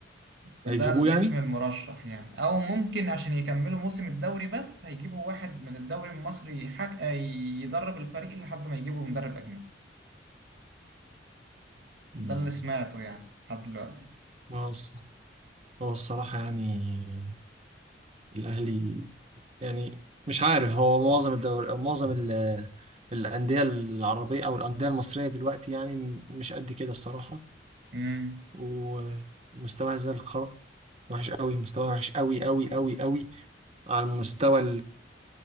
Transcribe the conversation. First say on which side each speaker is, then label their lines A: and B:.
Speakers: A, on the right; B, on the right.
A: ده
B: هيجيبوه
A: الاسم
B: يعني
A: المرشح يعني أو ممكن عشان يكملوا موسم الدوري بس هيجيبوا واحد من الدوري المصري حك... آه، يدرب الفريق لحد ما يجيبوا مدرب أجنبي
B: مم.
A: ده اللي سمعته يعني لحد دلوقتي
B: هو الص- هو الصراحة يعني الأهلي يعني مش عارف هو معظم الدوري معظم ال- الأندية العربية أو الأندية المصرية دلوقتي يعني م- مش قد كده بصراحة
A: امم
B: ومستواها زي الخرا وحش قوي مستواها وحش قوي قوي قوي قوي على المستوى